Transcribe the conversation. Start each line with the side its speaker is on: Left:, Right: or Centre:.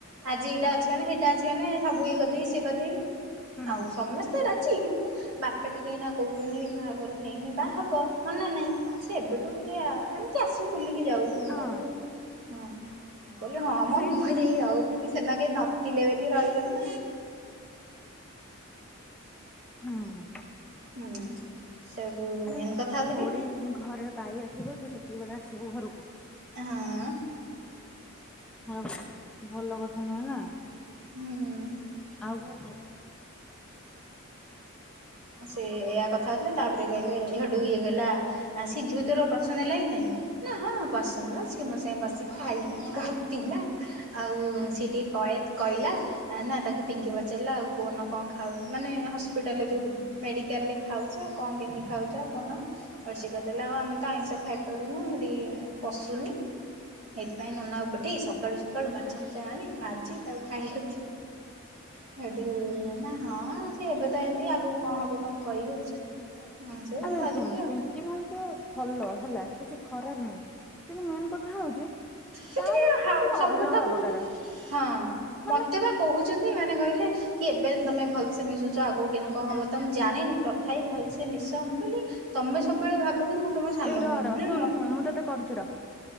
Right: ଆଜି ଏଇଟା ଅଛି ମାନେ ହେଇଟା ଅଛି ମାନେ, ସବୁ ଇଏ କରିଦେଇକି ସିଏ କରିଦେବି
Centre: ହୁଁ
Right: ଆଉ ସମସ୍ତେ ରାଜି କିନ୍ତୁ ବାପା ଟିକେ ଏଇନା କହୁଛନ୍ତି ବାହାଘର ହେଇନି ବାହା ହବ ମନା ନାହିଁ। ସେ ଏବେଠୁ ଟିକେ ଏମତି ଆସୁ ବୁଲିକି ଯାଉ। ରୁୁହା
Centre: ହଁ
Right: ରୁହି ହଁ ମୁଁ କହିଲି ହଁ ମ
Centre: ସେଇ
Right: ମୁଁ
Centre: କଥା
Right: କ ଯାଇ ରହୁଥିଲି। ସେଦିନ କେହି ନଥିଲେ ବୋଲି ରହିଗଲି ନା।
Centre: ହୁଁ ହୁଁ।
Right: ହୁଁ। ସେଇଠୁ
Centre: ଆରେ
Right: ଏମିତି କଥା ହଉଥିଲି
Centre: ଥୋଡି ଘରେ ବାୟା ଥିବ ତୁ ସେତିକି ବେଳେ ଆସିବୁ ଘରକୁ
Right: ହଁ।
Centre: ହୁଁ ଭଲ କଥା ନୁହେଁ ନା
Right: ହୁଁ।
Centre: ଆଉ କଣ କହୁଚୁ?
Right: ସେ ଏୟା କଥା ହଉଥିଲେ ତାପରେ କହିଲେ ହେଇଠୁ ଇଏ କହିଲା, ସିଏ ଝିଅ ତୋର ପସନ୍ଦ ହେଲା କି ନାଇଁ? ନା ହଁ ପସନ୍ଦ। ସିଏ ମୋ ସାଙ୍ଗେ ବସି ଖାଇଲା, ଗପିଲା ଆଉ ସିଏ ଟିକେ କଏଦ କଇଲା, ନା ତାକୁ ପିଙ୍କି ପଚାରିଲା ଆଉ କହୁନ କଣ ଖାଉ ମାନେ ହସ୍ପିଟାଲରେ ଯୋଉ ମେଡ଼ିକାଲରେ ଖାଉଛ କଣ କେମିତି ଖାଉଛ ଆଉ କଣ? ସୋଉଟୁ ସିଏ କହିଦେଲା ଆଉ ଆମେ ତ ଆଇଁଷ ଖାଇପାରୁନୁ ସେଠି ପଶୁନି ସେଇଥିପାଇଁ ନନାକୁ ପଠେଇ ସକାଳୁ ସକାଳୁ ମାଛ ଫାଛ ଆଣି ଭାଜି ତାକୁ ଖାଇଉଛି ସେଠୁ ନା ହଁ ସେ ଏବେ ତ ଏମିତି ଆଗକୁ କଣ ହବ କଣ କହି ହଉଛି? ହଁ ସବୁ କଥା
Centre: ଆରେ
Right: ହଉଥିଲି
Centre: ଶୁଣ
Right: ଆଉ
Centre: ପିଙ୍କି ଭାଉଜ ଭଲ ହେଲା। କିଛି ଖରାପ ନୁହେଁ କିନ୍ତୁ ମେନ୍ କଥା ହଉଛି।
Right: ହ <inaudible> ସେ
Centre: ତାର
Right: ଟିକେ
Centre: ମାନେ
Right: ହାଉ
Centre: ଟିକେ
Right: ସବୁ
Centre: ଅଲଗା
Right: କଥାକୁ
Centre: ପ୍ରକାର
Right: ହଁ
Centre: ମାନେ
Right: ମତେ ବା କହୁଛନ୍ତି ମାନେ କହିଲେ କି ଏବେ ତମେ ଭଲସେ ମିଶୁଛ ଆଗକୁ କେମ କଣ ହବ ତ ମୁଁ ଜାଣିନି ତଥାପି ଭଲସେ ମିଶୁ ତ ମୁଁ କହିଲି ତମେ ସବୁବେଳେ ଭାବ କି ମୁଁ ତମ ସାନ
Centre: ଏଇ ର
Right: ଭଉଣୀ
Centre: ର
Right: ନା
Centre: ଶୁଣୁ
Right: ମ
Centre: ଶୁଣୁ ମୁଁ ତତେ କରୁଛି ର।